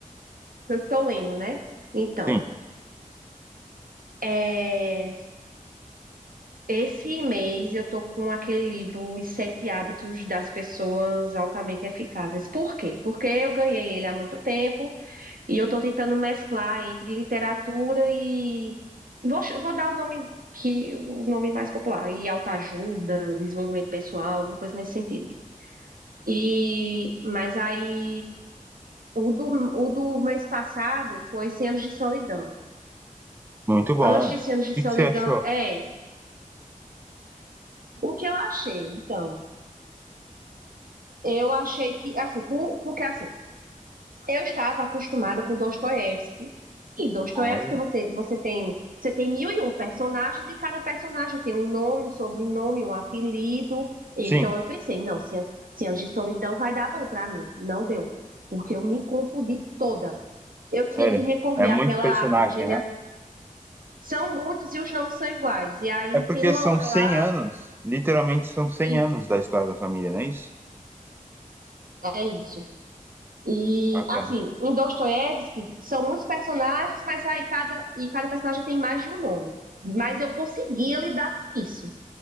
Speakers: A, on the right; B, on the right.
A: Eu estou lendo, né? Então,
B: Sim,
A: é, esse mês eu tô com aquele livro, Os Sete Hábitos das Pessoas Altamente Eficazes. Por quê? Porque eu ganhei ele há muito tempo. E eu estou tentando mesclar entre literatura e. Vou, ch- vou dar o nome que o nome mais popular, e autoajuda, desenvolvimento pessoal, alguma coisa nesse sentido. E mas aí o do, o do mês passado foi cem anos de solidão.
B: muito bom.
A: Antes de
B: O
A: cem anos de
B: que
A: solidão,
B: que você achou?
A: é o que eu achei. Então, eu achei que assim, por- porque assim, Eu estava acostumada com Dostoiévski. E Dostoiévski
B: Olha,
A: você você tem, você tem mil e um personagens e cada personagem tem um nome, um sobrenome, um apelido. Então
B: sim,
A: eu pensei, não, Cem Cem Anos de Solidão vai dar bom para mim. Não deu, porque eu me confundi toda. Eu
B: sério,
A: tinha que recorrer
B: é muito
A: àquela
B: personagem,
A: árvore, gene-
B: né?
A: São muitos e os nomes são iguais. E aí
B: É porque
A: tem uma
B: são
A: hora
B: 100
A: lá
B: anos, literalmente são 100
A: e
B: anos da história da família, não é isso?
A: é isso. E
B: Bacana.
A: assim, em Dostoiévski são muitos personagens, mas aí cada e cada personagem tem mais de um nome. Mas eu conseguia lidar com isso.